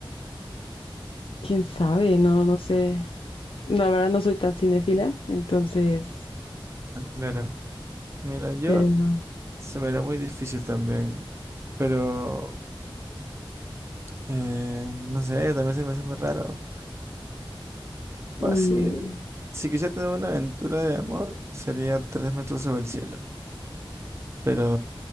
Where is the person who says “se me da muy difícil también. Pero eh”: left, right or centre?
Right